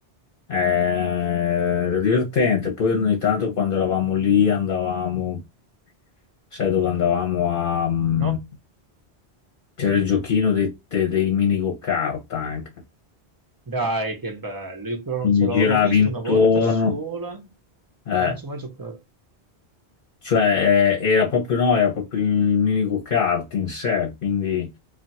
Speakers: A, on the left; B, on the right.
A: Eh, Era divertente. Poi ogni tanto quando eravamo lì andavamo, sai dove andavamo a... mm,
B: No?
A: C'era il giochino dei, dei dei mini go-kart anche.
B: Dai, che bello. Io però
A: Quindi
B: non ce l'ho.
A: giravi
B: L'ho visto
A: intorno.
B: una volta sola, ma
A: eh,
B: non ci ho mai giocato.
A: Cioè, eh, era proprio no, era proprio il mini go-kart in sé, quindi